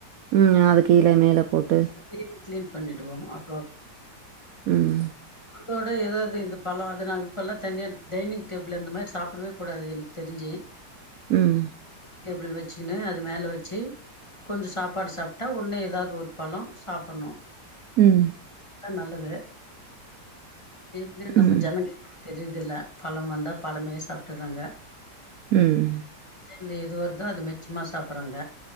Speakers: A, on the right; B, on the left.
A: ம் அது கீழே மேல போட்டு
B: கிளீன் கிளீன் பண்ணிடுவோ அப்ப
A: ம்
B: இதோட எதாவது இந்த பழம் அது நாங்க இப்பெல்லா தனியா டைனிங் டேபிள் அந்த மாரி சாப்படவே கூடாது எனக்கு தெரிஞ்சி
A: ம்.
B: டேபிள் வச்சிக்கினு அது மேல வச்சி கொஞ்ச சாப்பாடு சாப்ட்டா உன்னே எதாவது ஒரு பழம் சாப்பணு
A: ம்
B: நல்லது எது
A: ம்.
B: நம்ப ஜெனங்க தெரியுதல பழம் வந்தா பழமே சாப்ட்டறாங்க
A: ம் ம்
B: ல எது வருதோ அது மிச்சமா சாப்பறாங்க